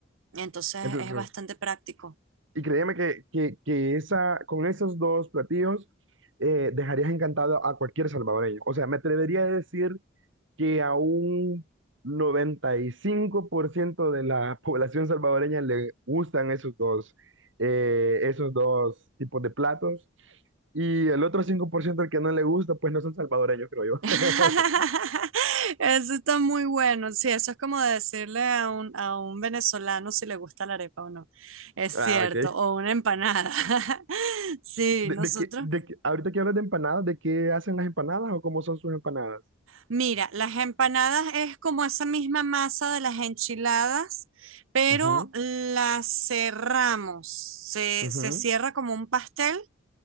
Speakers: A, on the right; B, on the right.
A: entonces
B: Entonces,
A: es bastante práctico.
B: y créeme que, que, que esa, con esos dos platillos eh, dejarías encantado a cualquier salvadoreño. O sea, me atrevería a decir que a un 95% de la <laughs> población salvadoreña le gustan esos dos, eh, esos dos tipos de platos. Y el otro 5% al que no le gusta, pues no son salvadoreños, creo yo.
A: <laughs>
B: <laughs>
A: Eso está muy bueno. Sí, eso es como decirle a un, a un venezolano si le gusta la arepa o no. Es
B: Ah,
A: cierto,
B: ok.
A: o una empanada. <laughs> Sí,
B: De,
A: nosotros.
B: de qué- de qué- ahorita que hablas de empanadas, ¿de qué hacen las empanadas o cómo son sus empanadas?
A: Mira, las empanadas es como esa misma masa de las enchiladas, pero
B: Ujú,
A: las cerramos. Se,
B: ujú.
A: se cierra como un pastel